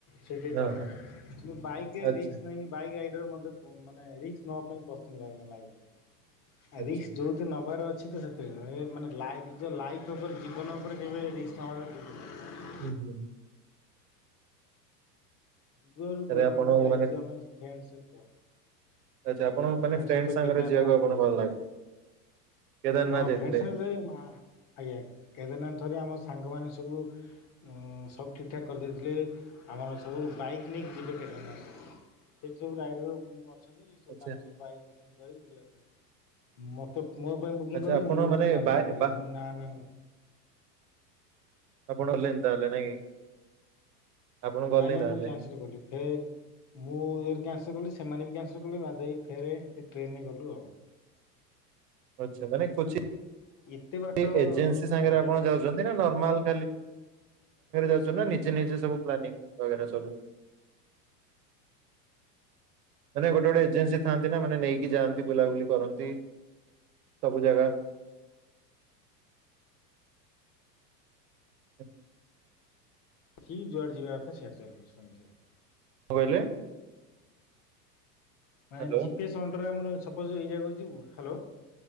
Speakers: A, on the left; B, on the right.
A: ସେଇଠେଇ
B: ହଁ
A: ଚାଲ
B: ହଁ
A: କିନ୍ତୁ ବାଇକ୍ ରେ
B: ଆଚ୍ଛା
A: ରିସ୍କ ନାହିଁ, ବାଇକ୍ <unintelligible> ମତେ ମାନେ ରିସ୍କ୍ ନବାପାଇଁ ପସନ୍ଦ ଲାଗେନା ଲାଇଫ୍ ରେ।
B: ଆଚ୍ଛା
A: ନବାର ଅଛି ତ ସେଥିରେ ମାନେ ନିଜ ଲାଇଫ୍ ଓପରେ ଜୀବନ ଓପରେ କେବେ ରୀସ୍କ ନବାଟା ହ
B: ଠିକ୍ ନୁହଁ।
A: ଦୁଆରୁ
B: ତାହେଲେ
A: ଦୁଆ
B: ଆପଣଙ୍କୁ
A: ଆମେ ଯାଇଛୁ
B: ମାନେ
A: ଆମେ ଫ୍ରେଣ୍ଡ ସହିତ।
B: ଆଚ୍ଛା
A: ହଁ
B: ଆପଣଙ୍କୁ ମାନେ ଫ୍ରେଣ୍ଡ
A: ସହିତ
B: ସାଙ୍ଗରେ
A: କେଦାରନାଥ
B: ଯିବାକୁ ଆପଣଙ୍କୁ
A: ଯାଇଥିଲୁ
B: ଭଲ୍ ଲାଗେ? କେଦାରନାଥ
A: ହଁ
B: ଯାଇଥିଲେ
A: ଫ୍ରେଣ୍ଡ ସାଙ୍ଗେରେ ଯାଇ ମା ଆଜ୍ଞା କେଦିନ ଥରେ ଆମ ସାଙ୍ଗମାନେ ସବୁ ସବୁ ଠିକ୍ ଠାକ୍ କରିଦେଇଥିଲେ, ଆମର ସବୁ ବାଇକ୍ ନେଇକି ଯିବେ କେଦାରନାଥ। ସେଠି ସବୁ ରାଇଡର୍ ଅ ଅଛନ୍ତି ସବୁ
B: ଆଚ୍ଛା
A: ତାଙ୍କ ସବୁ ବାଇକ୍ ବୁକିଂ କରିକି ଯିବା ପାଇଁ, ମତେ ମୋ ପାଇଁ ବୁକିଂ
B: ଆଚ୍ଛା
A: <unintelligible>
B: ଆପଣ
A: ମୁଁ କିନ୍ତୁ
B: ମାନେ
A: କ୍ୟାନ୍ସେଲ୍
B: ବାଏ
A: କରିବି
B: ବା
A: ମୁଁ ନା-ନା।
B: ଆପଣ <unintelligible> ତାହେଲେ ନାଇଁ? ଆପଣ ଗଲେନି
A: ନାଇଁ-ନାଇଁ
B: ତାହେଲେ
A: ମୁଁ କ୍ୟାନ୍ସେଲ୍ କଲି, ଫେରେ ମୁଁ <unintelligible> କ୍ୟାନ୍ସେଲ୍ କଲି ସେମାନେ ବି କ୍ୟାନ୍ସେଲ୍ କଲେ, ବାଧ୍ୟ ହେଇକି ଫେରେ ଟ୍ରେନରେ ଗଲୁ ଆଉ।
B: ଆଚ୍ଛା ମାନେ କୋଚି
A: ଏତେ ବାଟ
B: ସେ ଏଜେନ୍ସି ସାଙ୍ଗରେ
A: ଆଜ୍ଞା
B: ଆପଣ ଯାଉଛନ୍ତି ନର୍ମାଲ ଖାଲି ଯାଉ ନା ନିଜେ ନିଜେ ସବୁ ପ୍ଲାନିଂ ବଗେରା ସବୁ। ମାନେ ଗୋଟେ ଗୋଟେ ଏଜେନ୍ସି ଥାନ୍ତି ନା ମାନେ ନେଇକି ଯାଆନ୍ତି ବୁଲାବୁଲି କରନ୍ତି ସବୁ ଜାଗା। <inaudible>
A: କି ଯୁଆଡେ ଯିବା କଥା ସିଆଡେ ଚାଲ ସମେତେ।
B: କଣ କହିଲେ?
A: ମାନେ
B: ହ୍ୟାଲୋ
A: ଜି ପି ଏସ୍ ଅଣ୍ଡରରେ ଆମର ସପୋଜ ଏଇ ଜାଗା କୁ ଯିବୁ ହ୍ୟାଲୋ।